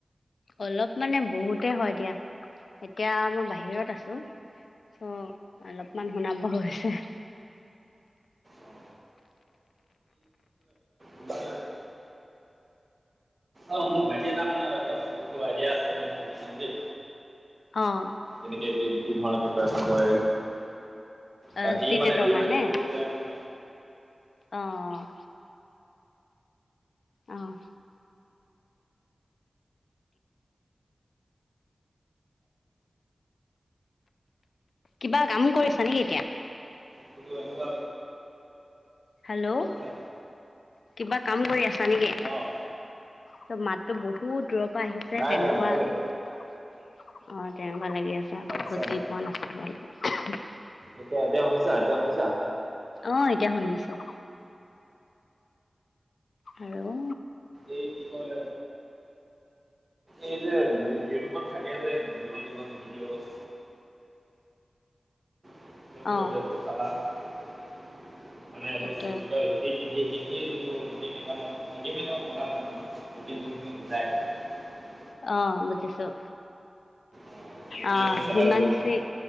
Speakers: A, on the left; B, on the right.
A: অলপ মানে বহুতে হয় দিয়া, এতিয়া মই বাহিৰত আছোঁ। চ' অলপমান শুনা বহু হৈছে।
B: অ তোমাৰ অ', মোৰ ভাইটি এটা মানে অলপ এইবোৰ আইডিয়া আছে, মই সুধি চাম দেই।
A: অ
B: এনেকে কি, কি ধৰণে প্ৰিপেৰেচন কৰে। বা
A: অহ,
B: সি
A: চিত
B: মানে
A: এ তৰ
B: ডি
A: কাৰণে?
B: এল এড কৰোঁতে মানে
A: অ'। অহ। কিবা কাম কৰিছা নেকি এতিয়া?
B: কিন্তু এনেকুৱা
A: হেল্ল'
B: কোনে
A: কিবা কাম কৰি আছা নেকি?
B: অঁ
A: ত' মাততো বহুত দূৰৰ পৰা আহিছে
B: নাই
A: তেনেকুৱা।
B: নাই কেলে
A: অ', তেনেকুৱা লাগি আছে, আ
B: আচ্ছা
A: বুজি পোৱা নাছিলোঁ ভালকে।
B: এতিয়া এতিয়া শুনিছা এতিয়া শুনিছা?
A: অ এতিয়া শুনিছোঁ। আৰু
B: এই কি কয় এই যে ইউটিউবত থাকে যে, দীঘল দীঘল ভিডিঅ'। সেইবোৰ
A: অ
B: সেইবোৰ চাবা, মানে এইবোৰ <inaudible>
A: তাকে
B: হিন্দী যোনটো হিন্দী মিডিয়ামত হিন্দী মিডিয়ামত পঢ়া <inaudible> হিন্দী যোনখিনি বুজাই
A: অ', বুজিছোঁ
B: অঁ, হিন্দী
A: অ'।
B: চেনেলবোৰ
A: হিমানছি,
B: মানে